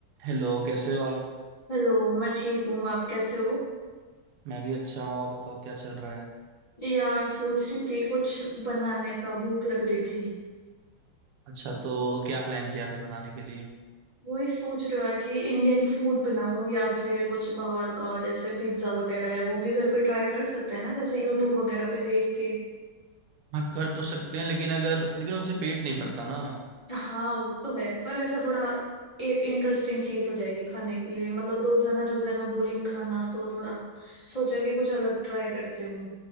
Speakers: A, on the right; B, on the left.
A: Hello कैसे हो आप
B: Hello मैं ठीक हूँ आप कैसे हो
A: मैं भी अच्छा हूँ और बताओ क्या चल रहा है
B: यार सोच रही थी कुछ बनाने का भूख लग रही थी
A: अच्छा तो क्या प्लान किया फिर बनाने के लिए
B: वही सोच रहा कि इंडियन फूड बनाऊं या फिर कुछ बाहर का जैसे पिज्जा वगैरह है वो भी घर पे ट्राई कर सकते हैं ना जैसे यूट्यूब वगैरह पे देख के
A: हाँ कर तो सकते हैं लेकिन अगर लेकिन उनसे पेट नहीं भरता ना
B: हाँ वो तो है पर ऐसा थोड़ा एक इंटरेस्टिंग चीज हो जाएगी खाने के लिए मतलब रोजाना रोजाना बोरिंग खाना तो थोड़ा सोचा कि कुछ अलग ट्राई करती हूँ